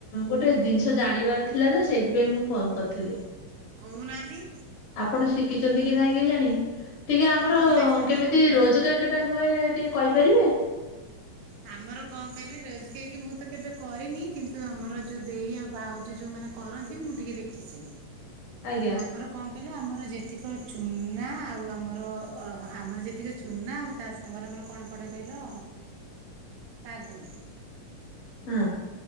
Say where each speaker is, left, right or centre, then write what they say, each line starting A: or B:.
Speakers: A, on the left (about 80°); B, on the right (about 75°).
A: ଗୋଟେ ଜିନିଷ ଜାଣିବାର ଥିଲା ସେଇଥିପାଇଁ ମୁଁ ଫୋନ କରିଥିଲି
B: କହୁନାହାନ୍ତି।
A: ଆପଣ ଶିଖିଛନ୍ତି କି ନାଇଁ କି ଜାଣି? ଟିକେ ଆମର
B: କୁହନ୍ତୁ ଦେଖିବା
A: କେମିତି ରୋଜଗାର କେଟା ହୁଏ ଟିକେ କହିପାରିବେ?
B: ଆମର କଣ କହିଲି ରୋଜ କେକ୍ କେବେ ମୁଁ ତ କେବେ କରିନି କିନ୍ତୁ ଆମର ଯୋଉ ଦେଇ ଆଉ ଭାଉଜ ଯୋଉ ଯୋଉ ମାନେ କରନ୍ତି ମୁଁ ଟିକେ ଦେଖିଛି
A: ଆଜ୍ଞା।
B: ଆମର କଣ କହିଲେ ଆମର ଯେତିକ ଚୁନା ଆଉ ଆମର ଅ ଆମର ଯେତିକି ଚୁନା ଆଉ ତା ସାଙ୍ଗରେ ଆମର କଣ ପଡେ କହିଲ ଶାଗୁ
A: ହଁ।